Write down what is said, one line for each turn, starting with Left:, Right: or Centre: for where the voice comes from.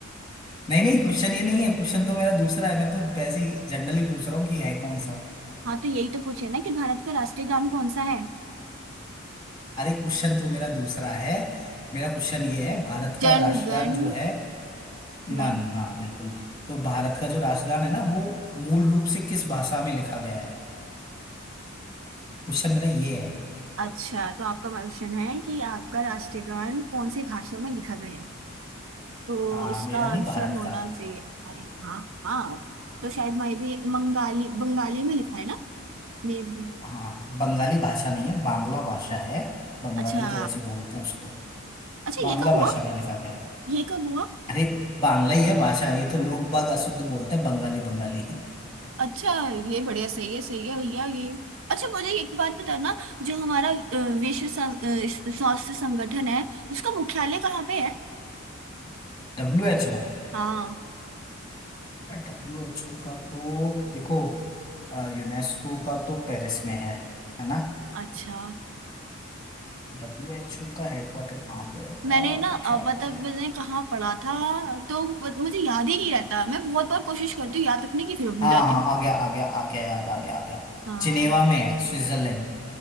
Left: <laughs> नहीं नहीं क्वेश्चन ये नहीं है क्वेश्चन तो मेरा दूसरा है मैं तो वैसे ही जनरली पूछ रहा हूँ कि है कौन सा
Right: हाँ तो यही तो पूछे ना कि भारत का राष्ट्रीय गान कौन सा है
Left: अरे क्वेश्चन तो मेरा दूसरा है मेरा क्वेश्चन ये है भारत
Right: जनगण
Left: का राष्ट्रगान जो है मन
Right: मन
Left: हाँ बिल्कुल तो भारत का जो राष्ट्रगान है ना वो मूल रूप से किस भाषा में लिखा गया है क्वेश्चन मेरा ये है
Right: अच्छा तो आपका क्वेश्चन है कि आपका राष्ट्रीय गान कौन सी भाषा में लिखा गया है तो
Left: हाँ
Right: इसका
Left: मेरा नहीं
Right: आंसर
Left: भारत
Right: होना
Left: का
Right: चाहिए अरे हाँ हाँ तो शायद मैं भी बंगाली बंगाली में लिखा है ना मे भी
Left: हाँ बंगाली भाषा नहीं है बांग्ला भाषा है बंगाली
Right: अच्छा
Left: तो वैसे ही बोलते हैं उसको
Right: अच्छा
Left: बांग्ला
Right: ये कब
Left: भाषा
Right: हुआ
Left: में लिखा गया है
Right: ये कब हुआ
Left: अरे बांग्ला ही है भाषा ये तो लोग बाग अशुद्ध बोलते हैं Bengali Bengali
Right: अच्छा ये बढ़िया सही है सही है भैया ये अच्छा मुझे एक बात बताना जो हमारा अ, विश्व संग, अ, स्वास्थ्य संगठन है उसका मुख्यालय कहाँ पे है
Left: W H O
Right: हाँ
Left: W H O का तो देखो यूनेस्को का तो पेरिस में है है ना
Right: अच्छा
Left: डब्ल्यू एच ओ का हेडक्वार्टर कहाँ पे होगा
Right: मैंने ना
Left: मुख्यालय
Right: अ, मतलब मैंने कहाँ पढ़ा था तो मत- मुझे याद ही नहीं रहता मैं बहुत बार कोशिश करती हूँ याद रखने की फिर मैं भूल
Left: हाँ
Right: जाती
Left: हाँ
Right: हूँ
Left: आ गया आ गया आ गया याद आ गया आ गया
Right: हाँ
Left: जिनेवा में है स्विट्जरलैंड